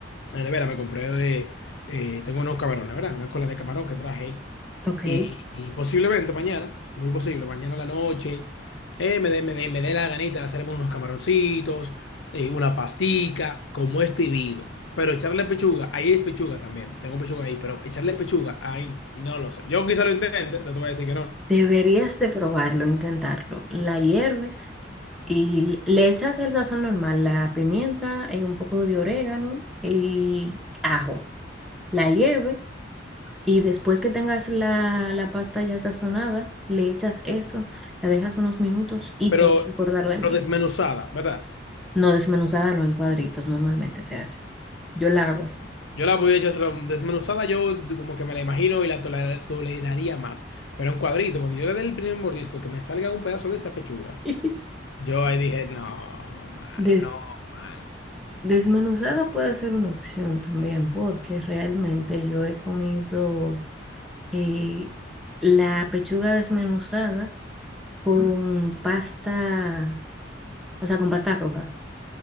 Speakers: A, on the left; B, in the centre.
A: en la nevera me compré, de, eh, tengo unos camarones, ¿verdad? Una cola de camarón que traje
B: Ok.
A: Y, y posiblemente mañana, muy posible, mañana a la noche, eh, me dé me dé- me dé la ganita de hacerme unos camaroncitos, eh, una pastica, como es debido. Pero echarle pechuga, ahí es pechuga también, tengo pechuga ahí, pero echarle pechuga, ahí, no lo sé. Yo quizá lo intente, no te voy a decir que no,
B: Deberías de probarlo, intentarlo. La hierves y le echas el sazón normal, la pimienta, eh, un poco de orégano y ajo. La hierves y después que tengas la, la pasta ya sazonada, le echas eso, la dejas unos minutos y
A: pero,
B: te vas a acordar de mí.
A: pero desmenuzada, ¿verdad?
B: No desmenuzada, no en cuadritos, normalmente se hace. Yo la hago así.
A: Yo la podría echárselo desmenuzada, yo como que me la imagino y la toler toleraría más. Pero en cuadrito, cuando yo le dé el primer mordisco, que me salga un pedazo de esa pechuga.
B: <laughs>
A: Yo ahí dije, no, mano,
B: Des-
A: no, mano.
B: desmenuzada puede ser una opción también porque realmente yo he comido eh, la pechuga desmenuzada con pasta, o sea, con pasta roja.